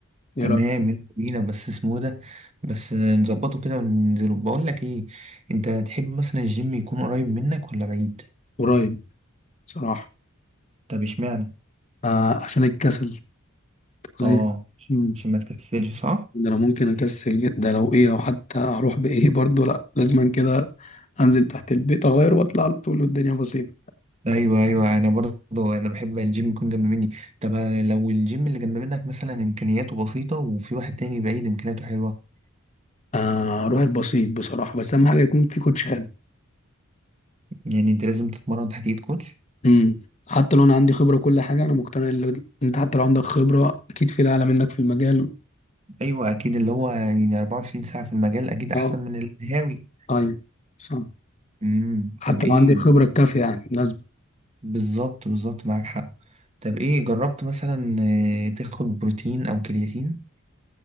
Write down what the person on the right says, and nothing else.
تمام
يلا بينا بس اسمه إيه ده بس نظبطه كده وننزله بقول لك ايه انت تحب مثلا الجيم يكون قريب منك ولا بعيد
طب اشمعنى
اه
عشان ما تكسلش صح
ايوه ايوه انا برضه انا بحب الجيم يكون جنب مني طب لو الجيم اللي جنب منك مثلا امكانياته بسيطه وفي واحد تاني بعيد امكانياته حلوه
يعني انت لازم تتمرن تحت ايد كوتش
ايوه اكيد اللي هو يعني 24 ساعه في المجال اكيد احسن
من الهاوي
امم
طب ايه
بالظبط بالظبط معاك حق طب ايه جربت مثلا آه، تاخد بروتين او كرياتين